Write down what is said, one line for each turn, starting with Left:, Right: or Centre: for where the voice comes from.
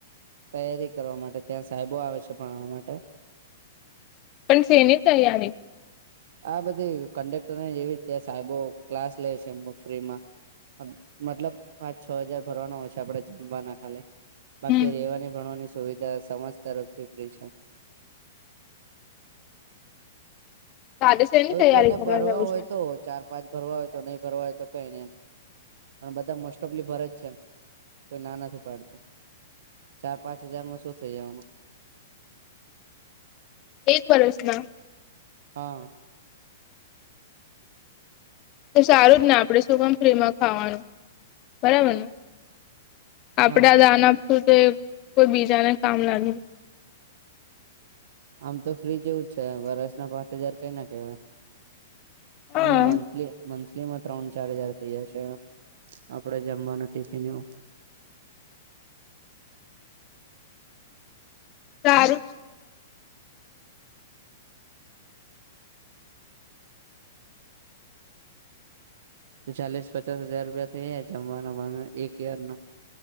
Right: તૈયારી કરવા માટે ત્યાં સાહેબો આવે છે ભણાવા માટે. <inaudible>
Left: પણ સેની તૈયારી.
Right: આ બધી કંડેક્ટરને જેવી તેયા સાહેબો ક્લાસ લે છે ફ્રીમાં. મતલબ પાંચ છ હાજાર ભરવાનો હોશે આપડે જમવાના. બાકી
Left: હમ
Right: રેવાની ભણવાની સુવિધા સમાજ તરફથી ફ્રી છે.
Left: તારે શેની
Right: હ
Left: તૈયારી
Right: કોઈને
Left: કરવા
Right: ભરવા
Left: જવું
Right: હોય
Left: છે
Right: તો ચાર પાંચ ભરવા હોય તો નહીં ભરવા હોય તો કઈ નેમ. પણ બધા મોસ્ટ ઓફ લી ભરેજ છે કોઈ ના નથી પાડતું. ચાર પાંચ હજારમાં શું થઈ જવાનું.
Left: એક વરસ ના.
Right: હા.
Left: તો સારું જ ને આપણેે શું કામ ફ્રીમાં ખાવાનું બરાબર ને. આપડે
Right: હા
Left: દાન આપશું તો કોઈ બીજાને કામ ના.
Right: આમ તો ફ્રી જેવું જ છે વરષના પાંચ હજાર કઈ ના કહેવાય.
Left: હા
Right: હવે મથલી મથલી માં. ત્રણ ચાર હજાર થઇ જશે આપડે જમવાનું ટિફિન એવું.
Left: સારું.
Right: ચાલીસ પચાસ હજાર રૂપિયા થઈ જમવાના એક યર ના